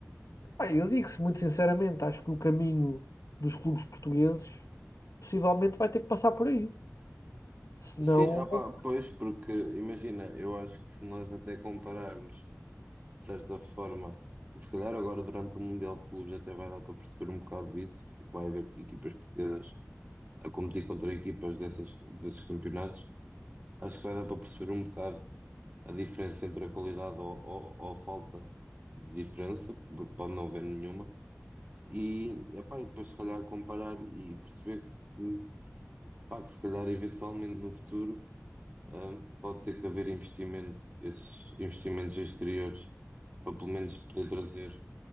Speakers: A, on the left (about 80°); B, on the right (about 35°).
A: Pá, eu digo-se muito sinceramente, acho que o caminho dos clubes portugueses possivelmente vai ter que passar por aí. Senão.
B: sim, opá,
A: vão-
B: pois, porque imagina, eu acho que se nós até compararmos de certa forma, e se calhar agora durante o Mundial de Clubes até vai dar para perceber um bocado disso, porque vai haver equipas portuguesas a competir contra equipas dessas, desses campeonatos, acho que vai dar para perceber um bocado. a diferença entre a qualidade ou, ou, ou falta de diferença, porque pode não haver nenhuma, e, epá, e depois se calhar comparar e perceber que, se- que, pá, que se calhar eventualmente no futuro hum, pode ter que haver investimento, esses investimentos exteriores, para pelo menos poder trazer